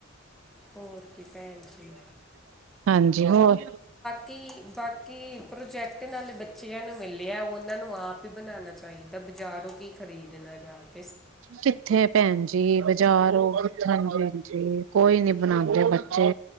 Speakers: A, in the centre; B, on the right.
A: ਹੋਰ ਕੀ ਭੈਣ ਜੀ
B: ਹਾਂਜੀ, ਹੋਰ?
A: ਕਿ, ਬਾਕੀ ਪ੍ਰੋਜੈਕਟ ਨਾਲੇ ਬੱਚੇ ਬੱਚੇਆਂ ਨੂੰ ਮਿਲਿਆ, ਓਨਾਂ ਨੂੰ ਆਪ ਹੀ ਬਣਾਨਾਂ ਚਾਹੀਦਾ, ਬਜ਼ਾਰੋਂ ਕੀ ਖਰੀਦਣਾ ਜਾਕੇ।
B: ਕਿੱਥੇ ਭੈਣ ਜੀ, ਬਾਜ਼ਾਰ ਹੋਰ ਹਾਂਜੀ-ਹਾਂਜੀ, ਕੋਈ ਨੀ ਬਣਾਂਦੇ ਬੱਚੇ।